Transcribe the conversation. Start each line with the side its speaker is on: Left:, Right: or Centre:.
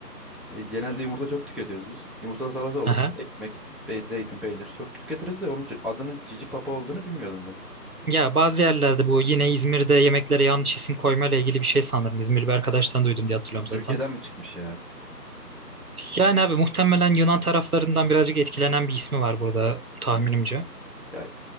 Centre: E, genelde yumurta çok tüketiyoruz biz. Yumurtalı salata olur.
Right: Aha.
Centre: Ekmek, be- zeytin, peynir çok tüketiriz de onun c- adının Cici Papa olduğunu bilmiyordum ben.
Right: Ya bazı yerlerde bu yine İzmir'de yemeklere yanlış isim koymayla ilgili bir şey sanırım. İzmirli bir arkadaştan duydum diye hatırlıyorum zaten.
Centre: Türkiye'den mi çıkmış ya?
Right: Yani abi muhtemelen Yunan taraflarından birazcık etkilenen bir ismi var burada tahminimce.
Centre: Hmm. Ya